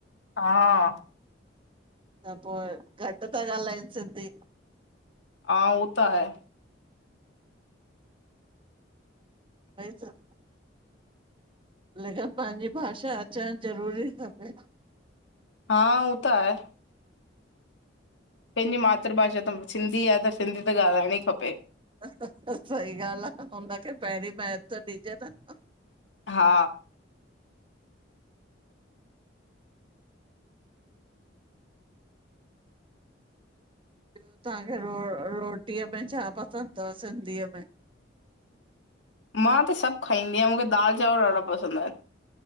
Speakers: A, on the left; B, on the right.
A: हा
B: त पोइ घट था ॻाल्हाइनि सिंधी।
A: हा उह त आहे।
B: व त <inaudible> लेकिन पंहिंजी भाषा अचणु ज़रूरी खपे।
A: हा उह त आहे। पंहिंजी मातृभाषा त सिंधी आहे त सिंधी त ॻाल्हाइण ई खपे।
B: सही ॻाल्हि आहे हुनखे पहिरीं महेतव डॾिजे न।
A: हा
B: ॿियो तव्हांखे रो रोटीअ में छा पसंदि अथव सिंधीअ में?
A: मां त सभु खाईंदी आहियां मूंखे दाल चांवर ॾाढा पसंदि आहिन।